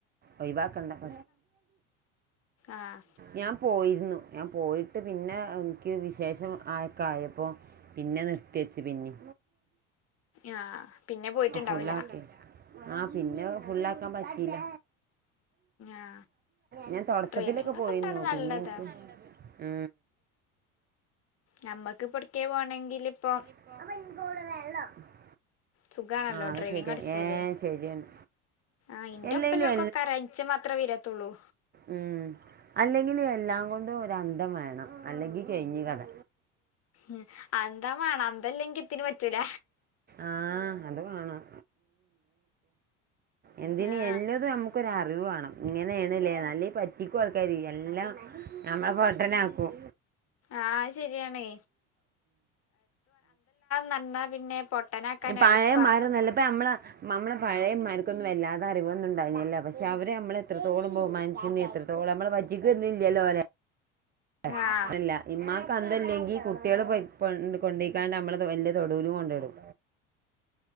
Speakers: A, on the right (about 25°); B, on the left (about 40°).
A: ഒഴിവാക്കണ്ടലോ
B: ആഹ്
A: ഞാൻ പോയിരുന്നു ഞാൻ പോയിട്ട് പിന്നെ എനിക്ക് വിശേഷം ആയക്ക ആയപ്പോ പിന്നെ നിർത്തി വച്ചു പിന്നെ
B: ആ പിന്നെ പോയിട്ടുണ്ടാവൂല
A: ഫുള്ളാകെ ആഹ പിന്നെ ഫുള്ളാക്കാൻ പറ്റില്ല
B: ആ
A: ഞാൻ തുടക്കത്തിലൊക്കെ
B: ഡ്രൈവിംഗ് ഒക്കെ
A: പോയിരുന്നു
B: ഉണ്ടാവണ നല്ലതാ
A: പിന്നെ എനിക്ക് ഉ
B: നമ്മുക്ക്ഇപ്പൊഎവിടെ പോകണങ്കിൽ ഇപ്പോ
A: <inaudible>
B: സുഖാണല്ലോ
A: ആഹ് അത്
B: ഡ്രൈവിങ്
A: ശരിയാ
B: അടിച്ചലെ
A: ഏഹ് ശരിയാണ്
B: ആഹാ ഇന്റെ
A: എല്ലേലും
B: ഒപ്പള്ള ആൾക്കൊക്കെരഞ്ച്ച മാത്രേ വരാത്തുള്ളൂ
A: ഉ അല്ലെങ്കിൽ എല്ലാം കൊണ്ടും ഒരന്തം വേണം അല്ലെങ്കിൽ കഴിഞ്ഞു കഥ
B: ഉ അന്തം വേണം അന്തല്ലെക്കിൽ എത്തിന് പറ്റൂല
A: ആഹ അത് വേണം എന്തിന്
B: ആഹ്
A: എല്ലത് നമുക്കൊരു അറിവ് വേണം ഇങ്ങനെയണല്ലേ നല്ലെ പറ്റിക്കും ആൾക്കാര് എല്ലാം നമ്മളെ പൊട്ടനാക്കും
B: ആഹ ശെരിയാണേ നടന്നാ പിന്നെ പൊട്ടനാക്കാൻ
A: പയേമാരില്ലാപ്പോ
B: എളുപ്പാ
A: ഇപ്പോമ്മളെ മ്മള പഴയന്മാർക്കൊന്നും വല്ലാതെ അറിവൊന്നുംണ്ടായിരൂന്നില്ല പക്ഷെ അവരെ നമ്മള എത്രത്തോളം ബഹുമാനിച്ച എത്ര ന്തോളം നമ്മള് പറ്റിക്കന്നുംല്ലല്ലോ അല്ലെല്ല
B: ആഹ്
A: ഇമ്മാക്ക് അന്തല്ലെങ്കിൽ കുട്ടികള് കൊ കൊണ്ടിക്കാണ്ട് നമ്മള് വല്യ തൊടുവിലും കൊണ്ടിടും